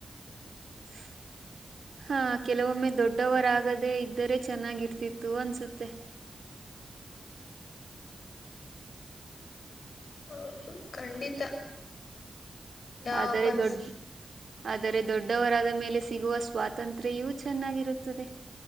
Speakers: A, on the right; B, on the left.
A: <inaudible> ಹಾ ಕೆಲವೊಮ್ಮೆ ದೊಡ್ಡವರಾಗದೆೇ ಇದ್ದರೆ ಚೆನ್ನಾಗಿರ್ತಿತ್ತು ಅನ್ಸುತ್ತೆ.
B: ಹೌದು ಖಂಡಿತ. ಯಾವ
A: ಆದರೆ
B: ಪರಿಸ್
A: ದೊಡ್ಡ. ಆದರೆ ದೊಡ್ಡವರಾದ ಮೇಲೆ ಸಿಗುವ ಸ್ವಾತಂತ್ರ್ಯೆಯೂ ಚೆನ್ನಾಗಿರುತ್ತದೆ.